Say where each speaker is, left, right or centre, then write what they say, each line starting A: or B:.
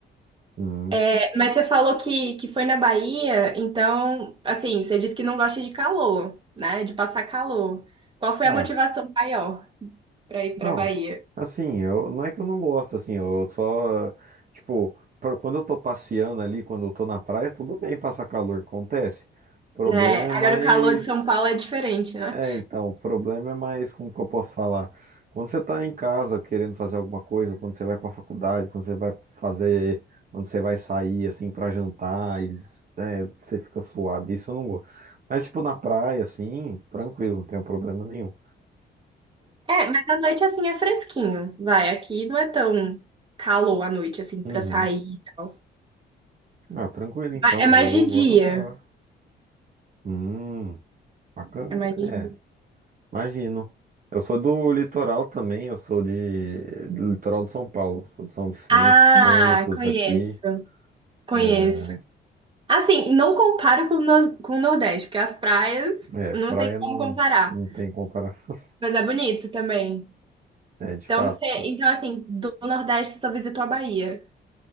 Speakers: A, on the right; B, on the right.
A: hum,
B: É, mas você falou que, que foi na Bahia, então, assim, você disse que não gosta de calor, né? De passar calor. Qual foi
A: ah,
B: a motivação maior para ir para
A: não,
B: Bahia?
A: assim, eu, não é que eu não gosto, assim, eu só, tipo, pra- quando eu tô passeando ali, quando eu tô na praia, tudo bem passar calor, acontece. O problema
B: Né?
A: é
B: Agora,
A: mais,
B: o calor de São Paulo é diferente, né?
A: é, então, o problema é mais, como que eu posso falar? Quando você tá em casa querendo fazer alguma coisa, quando você vai pra faculdade, quando você vai fazer, quando você vai sair, assim, pra jantar, e, é, você fica suado, isso eu não gosto. Mas, tipo, na praia, assim, tranquilo, não tem problema nenhum.
B: É, mas à noite assim é fresquinho. Vai, aqui não é tão calor à noite assim pra
A: Uhum.
B: sair e tal.
A: Ah, tranquilo então,
B: Ma- É mais
A: vou,
B: de
A: vou
B: dia.
A: anotar. Hum, bacana.
B: É mais de
A: É,
B: dia.
A: imagino. Eu sou do litoral também, eu sou de, do litoral de São Paulo, sou de São Vicente,
B: Ah,
A: Santos
B: conheço.
A: aqui.
B: Conheço.
A: É,
B: Assim, não comparo com o Nos- com o Nordeste, porque as praias
A: é,
B: não
A: praia
B: tem como
A: não,
B: comparar.
A: não tem comparação,
B: Mas é bonito também.
A: <laughs> é, de
B: Então,
A: fato.
B: você, então assim, do Nordeste você só visitou a Bahia.